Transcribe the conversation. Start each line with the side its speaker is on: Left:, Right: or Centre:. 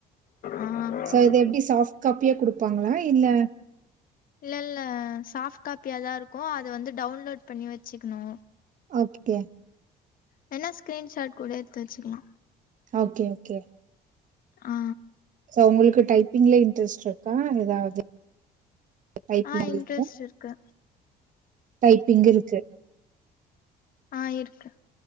Left: ஆ
Right: சோ இது எப்படி சாஃப்ட் காப்பியா குடுப்பாங்களா இல்ல
Left: இல்ல இல்ல சாப்ட் காப்பிய தா இருக்கு அத வந்து டவுன்லோட் பண்ணி வச்சுக்கணு
Right: ஓக் கே
Left: வென்னா ஸ்கிரீன்ஷாட் கூட எடுத்து வச்சுக்கலா
Right: ஓகே ஓகே
Left: ஆ
Right: சோ உங்களுக்கு டைப்பிங்ல இன்ட்ரெஸ்ட் இருக்கா ஏதாவது டைப்பிங்
Left: ஆ
Right: இருக்கா
Left: இன்ட்ரெஸ்ட் இருக்கு
Right: டைப்பிங் இருக்கு
Left: ஆ இருக்கு